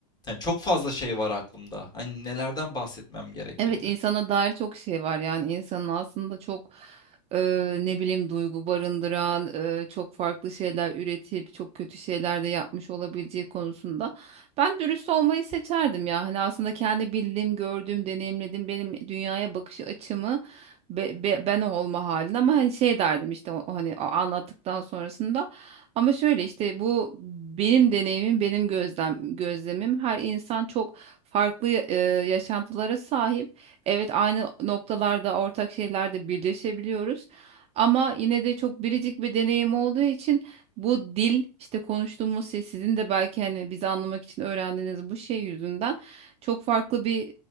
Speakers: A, on the left; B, on the right.
A: Yani çok fazla şey var aklımda. Hani nelerden bahsetmem gerekirdi?
B: Evet insana dair çok şey var yani insanın aslında çok e, ne bileyim duygu barındıran e, çok farklı şeyler üretip çok kötü şeyler de yapmış olabileceği konusunda ben dürüst olmayı seçerdim ya hani aslında kendi bildiğim gördüğüm deneyimlediğim benim dünyaya bakış açımı be- be- ben o olma halinde ama hani şey derdim işte o, o hani o anlattıktan sonrasında ama şöyle işte bu benim deneyimim benim gözlem gözlemim her insan çok farklı e, yaşantılara sahip. Evet aynı noktalarda ortak şeylerde birleşebiliyoruz. Ama yine de çok biricik bir deneyim olduğu için bu dil işte konuştuğumuz şey sizin de belki hani bizi anlamak için öğrendiğiniz bu şey yüzünden çok farklı bir